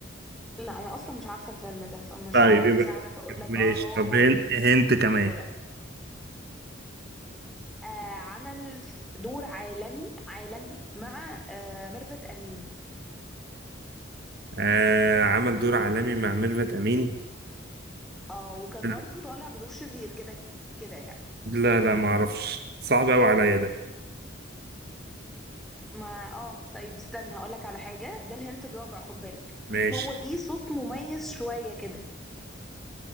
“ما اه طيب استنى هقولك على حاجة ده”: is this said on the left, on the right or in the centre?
Centre